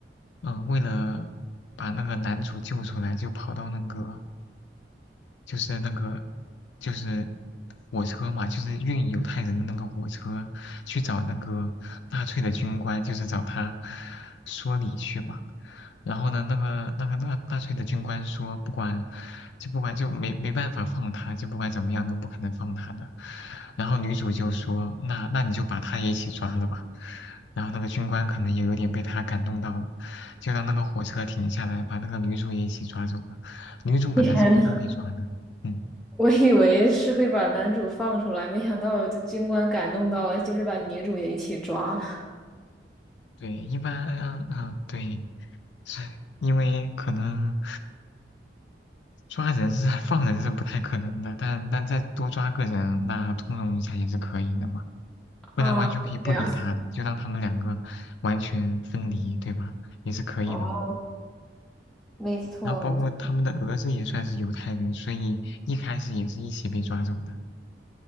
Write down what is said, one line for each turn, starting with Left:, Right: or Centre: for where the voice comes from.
Left: 嗯、呃为了把那个男主救出来，就跑到那个就是那个就是火车嘛，就是运犹太人的那个火车去找那个纳粹的军官，就是找他说理去嘛。然后呢，那个那个纳纳粹的军官说，不管就不管就没没办法放他，就不管怎么样都不可能放他的。然后女主就说，那那你就把他也一起抓了吧。然后那个军官可能也有点被他感动到了，就让那个火车停下来，把那个女主也一起抓走了。女主本来是不用被抓的，
Centre: 天呐，
Left: 嗯，
Centre: 我以为是会把男主放出来，没想到这军官感动到了，就是把女主也一起抓了。
Left: 对，一般，嗯、嗯，对，是因为可能抓人是放人是不太可能的，但但再多抓个人，那通融一下也是可以的嘛，不然完全可以不理他的，
Centre: 啊，这样。
Left: 就让他们两个完全分离，对吧？也是可以的嘛
Centre: 哦，没错，
Left: 然后包括他们的儿子也算是犹太人，
Centre: 没错。
Left: 所以一开始也是一起被抓走的，